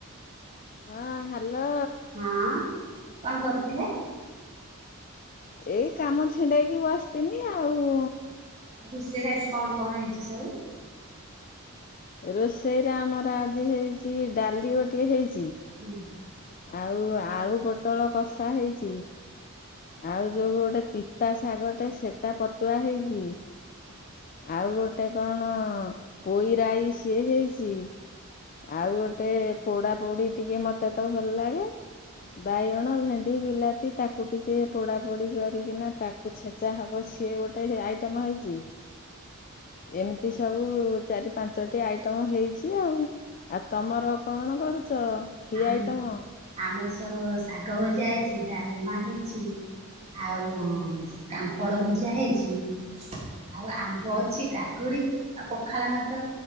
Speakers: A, on the left (about 40°); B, on the right (about 30°).
A: ହଁ hello.
B: ହଁ କଣ କରୁଥିଲେ?
A: ଏଇ କାମ ଛିଣ୍ଡେଇକି ବସିଥନି ଆଉ
B: ରୋଷେଇରେ ଆଜି କଣ କଣ ହେଇଛି ସବୁ?
A: ରୋଷେଇରେ ଆମର ଆଜି ହେଇଛି ଡାଲି ଗୋଟିେ ଇଛି
B: ହୁଁ।
A: ଆଉ ଆଳୁ ପୋଟଳ କସା ହେଇଚି ଆଉ ଯୋଉ ଗୋଟେ ପିତା ଶାଗଟେ ସେଟା ପତୁଆ ହେଇଚି ଆଉ ଗୋଟେ କଣ ପୋଇରାଇ ସିଏ ହେଇଚି ଆଉ ଗୋଟେ ପୋଡା ପୋଡି ଟିକେ ମତେ ତ ଭଲ ଲାଗେ ବାଇଗଣ ଭେଣ୍ଡି ବିଲାତି ତାକୁ ଟିକେ ପୋଡା ପୋଡି କରିକିନା ତାକୁ ଛେଚା ହବ ସେ ସିଏ ଗୋଟେ ଆଇଟମ ହେଇଚି ଏମିତି ସବୁ ଚାରି ପାଞ୍ଚଟି ଆଇଟମ ହେଇଚି ଆଉ ଆଉ ତମର କଣ କ ଚ କି
B: ଆମ
A: ଆଇଟମ୍?
B: ଆମର ଶାଗ ଭଜା ହେଇଚି ଡାଲମା ହେଇଚି ଆଉ କାଙ୍କଡ ଭଜା ହେଇଛି। ଆଉ ଆମ୍ବ ଅଛି କାକୁଡି ଆଉ ପଖାଳ ଭାତ